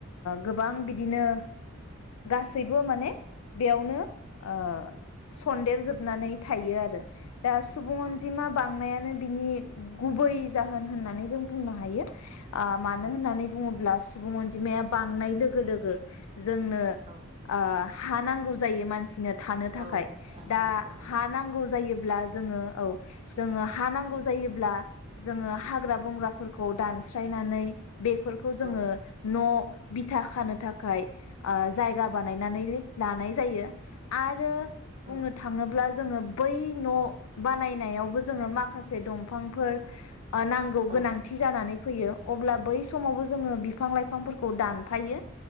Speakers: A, on the left (about 80°); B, on the right (about 25°).
A: गोबां बिदिनो गासैबो माने बेयावनो ओ सन्देर जोबनानै थायो आरो। दा सुबुं
B: औ
A: अनजिमा बां बांनायानो बिनि गुबै जाहोन होननानै जों बुंनो हायो। ओ मानो
B: उम
A: होननानै बुङोब्ला सुबुं अनजिमाया बांनाय लोगो लोगो जोंनो
B: औ
A: ओ हा नांगौ जायो मानसिनो। थानो थाखाय
B: औ थानो थाखाय
A: दा
B: औ
A: हा नांगौ जायो। ब्ला जोङो औ जोङो हा नांगौ जायोब्ला जोङो हाग्रा बंग्राफोरखौ दानस्रायनानै बेफोरखौ जोङो
B: औ
A: न' बिथा खानो थाखाय जायगा बानायनानै लानाय जायो आरो बुंनो
B: औ
A: थाङोब्ला जोङो बै न' बानायनायावबो जोङो माखा माखासे दंफांफोर नांगौ
B: औ
A: गोनांथि जानानै फैयो। अब्ला बै समावबो जोङो बि बिफां लाइफांफोरखौ दानफायो।